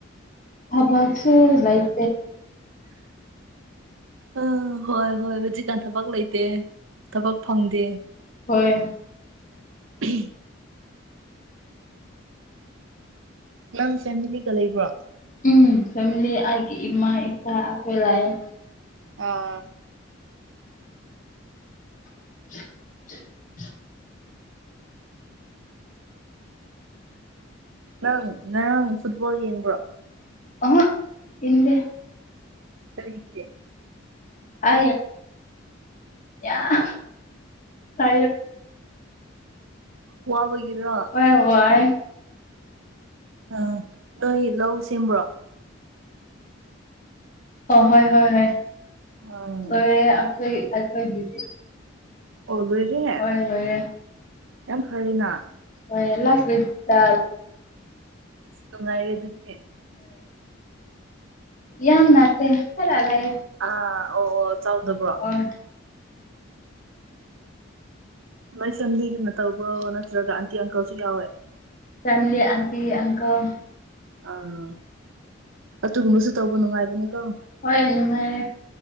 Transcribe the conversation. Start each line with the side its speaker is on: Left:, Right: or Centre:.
Left: ꯊꯕꯁꯨ ꯂꯥꯏꯛ <unintelligible>
Right: ꯑ ꯍꯣꯏ ꯍꯣꯏ ꯍꯧꯖꯤꯛꯀꯥꯟ ꯊꯕꯛ ꯂꯩꯇꯦ ꯊꯕꯛ ꯐꯪꯗꯦ
Left: ꯍꯣꯏ
Right: ꯎ ꯅꯪ ꯐꯦꯃꯤꯂꯤꯒ ꯂꯩꯕ꯭ꯔꯣ
Left: ꯎꯝ ꯐꯦꯃꯤꯂꯤ ꯑꯩꯒꯤ ꯏꯃꯥ ꯏꯄꯥ ꯑꯩꯈꯣꯏ ꯂꯥꯛꯑꯦ
Right: ꯑꯥ
Left: <inaudible>
Right: ꯅꯪ ꯉꯔꯥꯡ ꯐꯨꯠꯕꯣꯜ ꯌꯦꯡꯕ꯭ꯔꯣ
Left: ꯑꯍ ꯀꯤꯟꯗꯦ
Right: ꯁꯔꯒꯤꯦ
Left: ꯑ ꯌꯥ ꯇ
Right: ꯋꯥꯕꯒꯤꯔꯣ
Left: ꯍ
Right: ꯑ ꯅꯣꯏ ꯂꯧ ꯁꯦꯝꯕ꯭ꯔꯣ
Left: ꯑ ꯍꯣꯏ ꯍꯣꯏ ꯍꯣꯏ
Right: ꯑꯥ
Left: ꯑꯣꯏ ꯑꯩꯈꯣꯏ ꯑꯩꯈꯣꯏꯒꯤꯗꯤ
Right: ꯑꯣ ꯂꯣꯏꯔꯦ
Left: ꯑꯣꯏꯣꯏ ꯍꯣꯏꯦ
Right: ꯌꯥꯝ ꯐꯔꯦꯅ
Left: ꯑꯦꯂ ꯐꯤꯠꯇꯦ
Right: ꯑꯁ ꯅꯨꯡꯉꯥꯏꯔꯦ ꯑꯗꯨꯗꯤ
Left: ꯌꯥꯝ ꯅꯠꯇꯦ ꯈꯔ ꯂꯩ
Right: ꯑꯥ ꯑꯣ ꯑꯣ ꯆꯥꯎꯗꯕ꯭ꯔꯣ ꯑ
Left: ꯍꯣꯏ
Right: ꯃꯥꯏ ꯐꯦꯃꯤꯂꯤꯒꯅ ꯇꯧꯕ꯭ꯔꯣ ꯅꯠꯇ꯭ꯔꯒ ꯑꯟꯇꯤ ꯑꯪꯀꯜꯁꯨ ꯌꯥꯎꯋꯦ
Left: ꯐꯦꯃꯤꯂꯤ ꯑꯟꯇꯤ ꯑꯪꯀꯜ
Right: ꯑꯥ ꯑꯗꯨꯒꯨꯝꯕꯁꯨ ꯇꯧꯕ ꯅꯨꯡꯉꯥꯏꯕꯅꯤ ꯀ‌ꯣ
Left: ꯍꯣꯏ ꯅꯨꯡꯉꯥꯏꯔꯦ